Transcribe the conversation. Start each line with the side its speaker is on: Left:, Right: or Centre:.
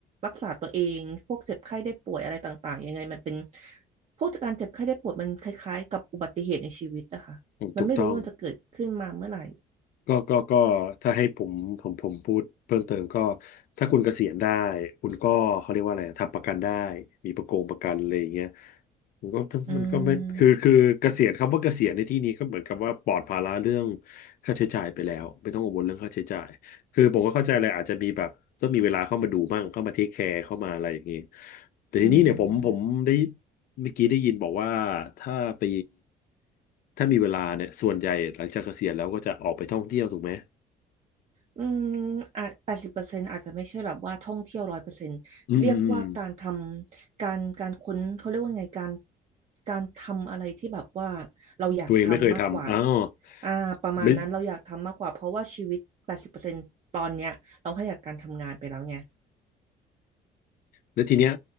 Right: รักษาตัวเองพวกเจ็บไข้ได้ป่วยอะไรต่างๆยังไงมันเป็นพวกการเจ็บไข้ได้ป่วยมันคล้ายๆกับอุบัติเหตุในชีวิตอะค่ะมันไม่รู้ว่ามันจะเกิดขึ้นมาเมื่อไหร่
Left: ถูกต้อง ก็ก็ก็ถ้าให้ผมผมผมพูดเพิ่มเติมก็ถ้าคุณเกษียณได้ คุณก็เขาเรียกว่าอะไรทำประกันได้มีประกงประกันอะไรอย่างเงี้ยมันก็มันก็ไม่คือคือเกษียณคำว่าเกษียณในที่นี้ก็เหมือนกับว่าปลอดภาระเรื่อง
Right: อืม
Left: ค่าใช้จ่ายไปแล้วไม่ต้องกังวลเรื่องค่าใช้จ่ายคือผมก็เข้าใจเลยอาจจะมีแบบต้องมีเวลาเข้ามาดูบ้างเข้ามาเทคแคร์เข้ามาอะไรอย่างงี้แต่ทีนี้เนี่ยผมผมได้
Right: อืม
Left: เมื่อกี้ได้ยินบอกว่าถ้าไปถ้ามีเวลาเนี่ยส่วนใหญ่หลังจากเกษียณแล้วก็จะออกไปท่องเที่ยวถูกไหม
Right: อืมอ่ะแปดสิบเปอร์เซ็นต์อาจจะไม่ใช่แบบว่าท่องเที่ยวร้อยเปอร์เซ็นต์เรียกว่าการทำการการค้นเขาเรียกว่าไงการ
Left: อืมอืมอืม
Right: การทำอะไรที่แบบว่าเราอยากทำมากกว่า
Left: ตัวเองไม่เคยทำอ้าว
Right: อ่าประมาณนั้นเราอยากทำมากกว่าเพราะว่าชีวิตแปดสิบเปอร์เซ็นต์ตอนเนี้ยเราให้กับการทำงานไปแล้วไง
Left: ไม่แล้วทีเนี้ย